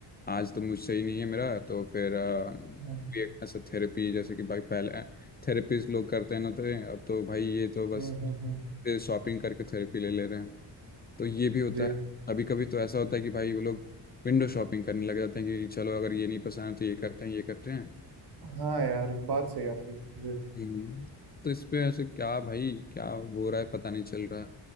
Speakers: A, on the left (about 25°); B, on the right (about 65°).
A: आज तो मुझसे ही नहीं है मेरा तो फिर अ, भी
B: हम्म
A: एक ऐसा थेरेपी जैसे कि भाई पहले थेरेपीज लोग करते हैं ना तो अब तो भाई ये तो बस
B: हम्म हम्म हम्म,
A: शॉपिंग करके थेरेपी ले ले रहे हैं तो ये भी होता
B: जी
A: है कभी कभी तो ऐसा होता है कि भाई वो लोग विंडो शॉपिंग करने लग जाते हैं कि चलो अगर ये नहीं पसंद है तो ये करते हैं ये करते हैं
B: हाँ यार बात सही है आपकी जी
A: हम्म। तो इस पे ऐसे क्या भाई क्या हो रहा है पता नहीं चल रहा है,